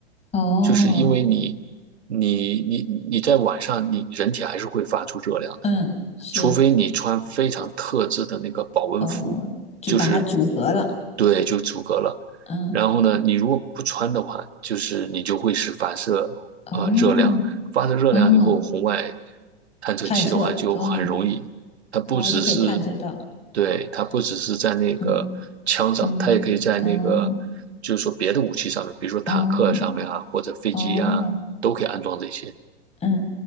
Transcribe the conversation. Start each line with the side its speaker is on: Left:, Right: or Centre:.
Left: 哦，
Right: 就是因为你你你你在晚上，你人体还是会发出热量的。
Left: 嗯是
Right: 除非你穿非常特制的那个保温服，
Left: 哦，就把它阻隔了，
Right: 就是对，就阻隔了。
Left: 嗯
Right: 然后呢，你如果不穿的话，就是你就会是反射呃热量，
Left: 哦
Right: 发射热量以后，
Left: 哦
Right: 红外探测器的话就很容易，
Left: 探测哦
Right: 它不只是
Left: 哦就可以探测到，
Right: 对，它不只是在那个枪上，
Left: 嗯嗯
Right: 它也可以在那个就是说别的武器上面，
Left: 哦
Right: 比如说坦克上面啊，
Left: 哦
Right: 或者飞机啊，
Left: 哦
Right: 都可以安装这些。
Left: 嗯。